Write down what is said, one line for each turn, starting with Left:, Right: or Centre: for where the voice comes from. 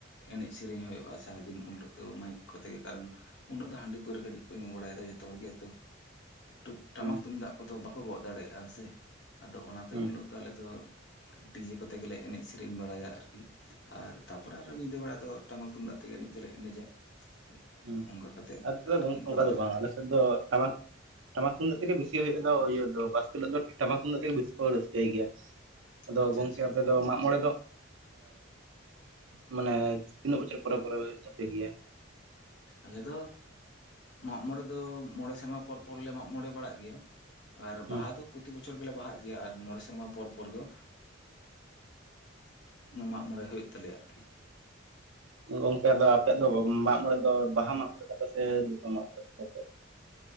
Left: ᱮᱱᱮᱡ ᱥᱮᱨᱮᱧ ᱦᱳᱭᱳᱜᱼᱟ ᱥᱟᱨᱟᱫᱤᱱ ᱩᱱ ᱦᱤᱞᱳᱜ ᱫᱚ ᱢᱟᱭᱤᱠ ᱠᱚᱛᱮ ᱜᱮ ᱠᱟᱨᱚᱱ ᱩᱱ ᱦᱤᱞᱳᱜ ᱫᱚ ᱦᱟᱺᱰᱤ ᱯᱟᱹᱣᱨᱟᱹ ᱠᱟᱹᱴᱤᱡ ᱠᱚ ᱧᱩ ᱵᱟᱲᱟᱭᱮᱫᱟ ᱡᱷᱚᱛᱚ ᱦᱚᱲ ᱜᱮ ᱛᱚ ᱴᱟᱢᱟᱠ
Right: ᱦᱩᱸ
Left: ᱛᱩᱢᱫᱟᱜ ᱠᱚᱛᱚ ᱵᱟᱠᱚ ᱜᱚᱜ ᱫᱟᱲᱮᱭᱟᱜᱼᱟ ᱥᱮ ᱟᱫᱚ ᱚᱱᱟᱛᱮ
Right: ᱦᱩᱸ
Left: ᱩᱱᱞᱳᱜ ᱫᱚ ᱟᱞᱮᱫᱚ ᱰᱤᱡᱮ ᱠᱚᱛᱮ ᱜᱮᱞᱮ ᱮᱱᱮᱡ ᱥᱮᱨᱮᱧ ᱵᱟᱲᱟᱭᱟ ᱟᱨᱠᱤ ᱟᱨ ᱛᱟᱯᱚᱨᱮ ᱟᱨᱚ ᱧᱤᱫᱟᱹ ᱵᱮᱲᱟ ᱫᱚ ᱴᱟᱢᱟᱠ ᱛᱩᱢᱫᱟᱜ ᱛᱮᱜᱮ ᱮᱱᱮᱡ ᱫᱚᱞᱮ ᱮᱱᱮᱡᱟ <unintelligible>
Right: ᱦᱩᱸ
Left: ᱠᱟᱛᱮᱫ
Right: <unintelligible> ᱫᱚ
Left: ᱟᱨᱠᱤ
Right: ᱵᱟᱝ
Left: ᱚᱱᱠᱟ
Right: <unintelligible>
Left: ᱫᱚᱞᱮ
Right: ᱫᱚ ᱴᱟᱢᱟᱠ ᱴᱟᱢᱟᱠ ᱛᱩᱢᱫᱟᱜ ᱛᱮᱜᱮ ᱵᱤᱥᱤ ᱦᱩᱭᱩᱜ ᱫᱚ ᱤᱭᱟᱹ ᱫᱚ ᱵᱟᱥᱠᱮ ᱦᱤᱞᱳᱜ ᱫᱚ ᱴᱟᱢᱟᱠ ᱛᱩᱢᱫᱟᱜ ᱛᱮᱜᱮ ᱵᱮᱥᱤ ᱠᱚ ᱨᱟᱹᱥᱠᱟᱹᱭ ᱜᱮᱭᱟ ᱟᱫᱚ
Left: ᱟᱪᱪᱷᱟ
Right: ᱜᱚᱝᱠᱮ
Left: ᱟᱪᱪᱷᱟ
Right: ᱟᱯᱮ ᱫᱚ ᱢᱟᱜ ᱢᱚᱬᱮ ᱫᱚ ᱢᱟᱱᱮ ᱛᱤᱱᱟᱹᱜ ᱵᱚᱪᱷᱚᱨ ᱯᱚᱨᱮ ᱯᱚᱨᱮ ᱦᱩᱭᱩᱜ ᱛᱟᱯᱮ ᱜᱮᱭᱟ
Left: ᱟᱞᱮ ᱫᱚ ᱢᱟᱜᱢᱚᱬᱮ ᱫᱚ ᱢᱚᱬᱮ ᱥᱮᱨᱢᱟ ᱯᱚᱨ ᱯᱚᱨ ᱞᱮ ᱢᱟᱜᱢᱚᱬᱮ ᱵᱟᱲᱟᱜ ᱜᱮᱭᱟ ᱟᱨ
Right: ᱦᱮᱸ
Left: ᱵᱟᱦᱟ ᱫᱚ ᱯᱩᱛ ᱛᱤ ᱵᱚᱪᱷᱚᱨ ᱜᱮᱞᱮ ᱵᱟᱦᱟᱜ ᱜᱮᱭᱟ ᱟᱨ ᱢᱚᱬᱮ ᱥᱮᱨᱢᱟ ᱯᱚᱨ ᱯᱚᱨ ᱫᱚ ᱢᱟᱜ ᱢᱚᱬᱮ ᱦᱳᱭᱚᱜ ᱛᱟᱞᱮᱭᱟ ᱟᱨᱠᱤ
Right: ᱜᱚᱝᱠᱮ ᱟᱫᱚ ᱟᱯᱮᱭᱟᱜ ᱫᱚ ᱢᱟᱜ ᱢᱚᱬᱮ ᱫᱚ ᱵᱟᱦᱟ ᱢᱟᱜᱢᱚᱬᱮ ᱛᱟᱯᱮ ᱥᱮ ᱫᱤᱥᱚᱢ ᱢᱟᱜᱽ ᱢᱚᱬᱮ? ᱛᱟᱯᱮ?